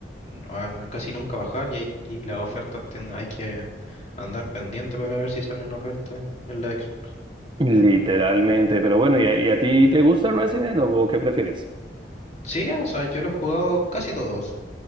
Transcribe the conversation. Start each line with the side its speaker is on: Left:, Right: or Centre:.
Left: a n- casi nunca bajar y, hay, y las ofertas tienden, hay que andar pendiente para ver si salen ofertas en, en la Xbox.
Right: Literalmente, pero bueno, ¿y a, y a ti te gusta Resident o, o qué prefieres?
Left: Sí, o sea, yo lo he jugado casi todos.